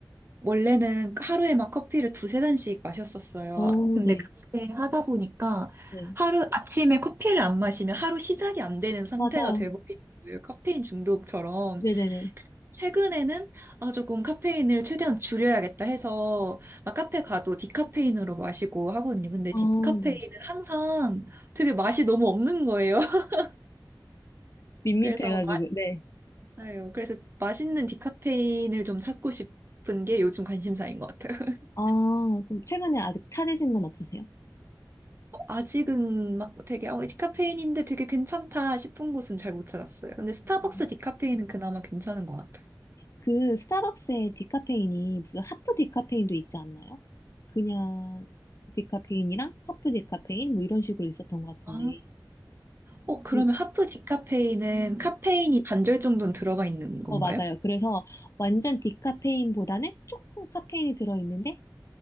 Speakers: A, on the right; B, on the left.
A: 원래는 하루에 막 커피를 두세 잔씩 마셨었어요.
B: 어,
A: 근데
B: 네.
A: 그렇게 하다 보니까
B: 네.
A: 하루, 아침에 커피를 안 마시면 하루 시작이 안 되는 상태가
B: 맞아요.
A: 돼버리는 거예요. 카페인 중독처럼.
B: 네네네.
A: 최근에는 아 조금 카페인을 최대한 줄여야겠다 해서 막 카페 가도 디카페인으로 마시고 하거든요. 근데
B: 아,
A: 디카페인은
B: 네. 네.
A: 항상 되게 맛이 너무 없는 거예요. <laughs>
B: 밋밋해가지고,
A: 그래서
B: 네.
A: 맞아요. 그래서 맛있는 디카페인을 좀 찾고 싶은 게 요즘 관심사인 것 같아요. <laughs>
B: 아, 그럼 최근에 아직 차 드신 건 없으세요?
A: 아직은 막 되게 어, 디카페인인데 되게 괜찮다 싶은 곳은 잘 못 찾았어요. 근데 스타벅스
B: 음.
A: 디카페인은 그나마 괜찮은 것 같아요.
B: 그 스타벅스의 디카페인이 무슨 하프 디카페인도 있지 않나요? 그냥 디카페인이랑 하프 디카페인 뭐 이런 식으로 있었던 것 같은데.
A: 아, 어, 그러면
B: 그-
A: 하프 디카페인은
B: 네.
A: 카페인이 반절 정도는 들어가 있는 건가요?
B: 어, 맞아요. 그래서 완전 디카페인보다는 조금 카페인이 들어있는데,